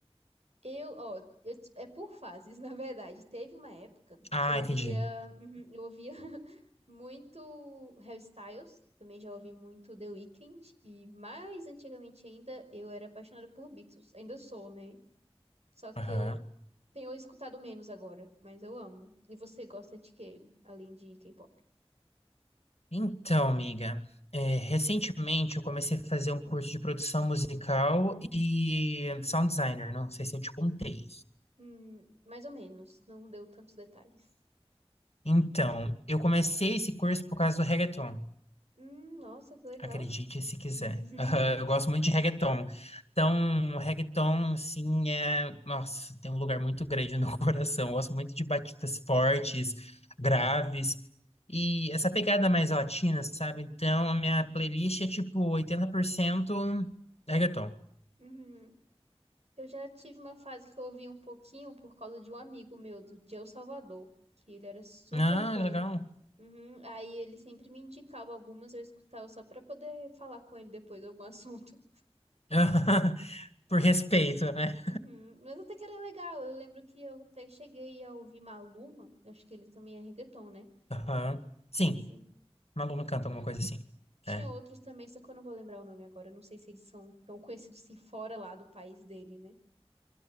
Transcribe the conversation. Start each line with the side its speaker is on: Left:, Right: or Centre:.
Right: Eu, ó, eu- é por fases, <laughs> na verdade. Teve uma época
Left: Ah,
Right: que eu ouvia,
Left: entendi.
Right: uhum, eu ouvia <laughs> muito Harry Styles, também já ouvi muito The Weeknd e mais antigamente ainda eu era apaixonada por Beatles. Ainda sou, né? Só que
Left: Aham.
Right: eu tenho escutado menos agora, mas eu amo. E você gosta de quê, além de K-pop?
Left: Então, amiga, é, recentemente eu comecei a fazer um curso de produção musical e sound designer, não sei se eu te contei.
Right: Hum, mais ou menos, não deu tantos detalhes.
Left: Então, eu comecei esse curso por causa do reggaeton.
Right: Hum, nossa, que legal.
Left: Acredite se quiser.
Right: <laughs>
Left: Aham, eu gosto muito de reggaeton. Então, reggaeton, assim, é... Nossa, tem um lugar muito grande no meu <laughs> coração. Eu gosto muito de batidas fortes, graves. E essa pegada mais latina, sabe? Então, a minha playlist é, tipo, 80% reggaeton.
Right: Uhum. Eu já tive uma fase que eu ouvi um pouquinho por causa de um amigo meu do de El Salvador, que ele era super
Left: Ah,
Right: fã.
Left: legal.
Right: Uhum, Aí ele sempre me indicava algumas, eu escutava só pra poder falar com ele depois de algum <laughs> assunto.
Left: <laughs> Por respeito, né?
Right: Uhum, Mas até que era legal. Eu lembro que eu até cheguei a ouvir Maluma, eu acho que ele também é reggaeton, né?
Left: Aham. Sim,
Right: Sim.
Left: Maluma canta
Right: E
Left: alguma
Right: eu-
Left: coisa assim.
Right: Tinha
Left: É.
Right: outros também, só que eu não vou lembrar o nome agora. eu Não sei se eles são tão conhecidos assim fora lá do país dele, né?